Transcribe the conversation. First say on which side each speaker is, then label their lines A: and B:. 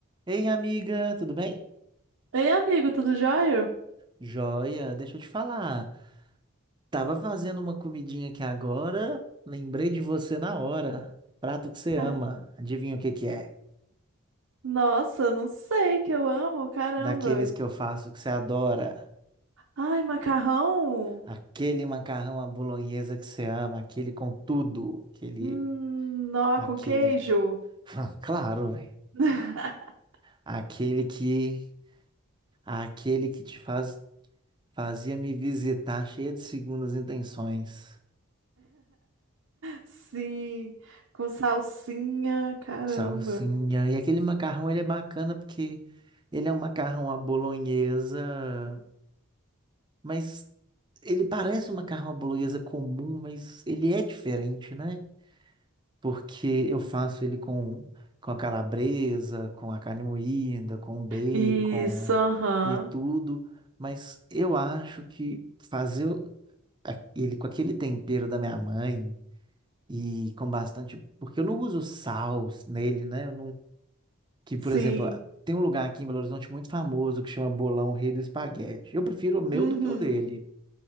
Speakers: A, on the right; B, on the right.
A: Ei, amiga, tudo bem?
B: Ei, amigo, tudo jóia?
A: Joia, deixa eu te falar. Tava fazendo uma comidinha aqui agora, lembrei de você na hora. Prato que você
B: Ca-
A: ama, adivinha o que que é?
B: Nossa, não sei que eu amo, caramba.
A: Daqueles que eu faço que você adora.
B: Ai, macarrão?
A: Aquele macarrão à bolonhesa que você ama, aquele com tudo, aquele,
B: Hum, nó
A: aquele,
B: com queijo?
A: <laughs> claro, velho.
B: <laughs>
A: Aquele que, aquele que te faz, fazia me visitar cheia de segundas intenções.
B: Sim, com salsinha, caramba.
A: Salsinha. E aquele macarrão, ele é bacana porque ele é um macarrão à bolonhesa, mas ele parece um macarrão à bolonhesa comum, mas ele é diferente, né? Porque eu faço ele com, com a calabresa, com a carne moída, com bacon
B: Isso, aham.
A: e tudo, mas eu acho que fazer o- a- ele com aquele tempero da minha mãe e com bastante, porque eu não uso sal nele, né? Que, por
B: Sim.
A: exemplo, tem um lugar aqui em Belo Horizonte muito famoso que chama Bolão Rei do Espaguete. Eu prefiro o meu
B: Uhum.
A: do que o dele.